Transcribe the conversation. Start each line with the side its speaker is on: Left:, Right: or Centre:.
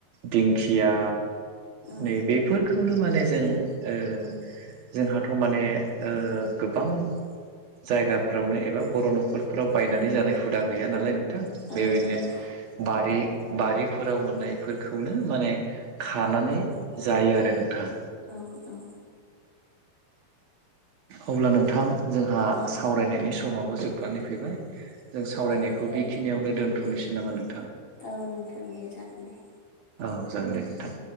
Right: दिंखिया,
Left: औ
Right: नै बेफोरखौनो माने जों ओ जोंहाथ' माने ओ गोबां जायगा फोरावनो एबा बर' न'खरफोराव बायनानै जानाय हुदा गैया नालाय नों थां
Left: औ
Right: बेबायदिनो
Left: नंगौ
Right: बारि बारि फोराव मोननायफोरखौनो माने खानानै जायो आरो नोंथां।
Left: औ औ
Right: अब्ला नोंथां जोंहा
Left: औ
Right: सावरायनायनि समाबो जोबनानै फैबाय। जों सावरायनायखौ
Left: औ नोंथां
Right: बेखिनियावनो दोनथ'नोसै नामा नों
Left: औ नोंथां दे जागोन दे।
Right: औ जागोन दे नोंथां